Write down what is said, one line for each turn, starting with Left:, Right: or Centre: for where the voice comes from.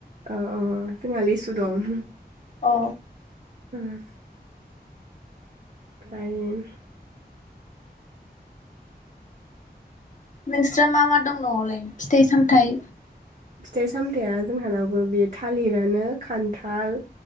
Right: अ अ जोंहा लिसु दं।
Left: औ।
Right: उम। फ्रायइम।
Left: नोंस्रा मा मा दं न'आवलाय? फिथाइ सामथाइ
Right: फिथाइ-सामथाया जोंहानाबो बे थालिरानो खान्थाल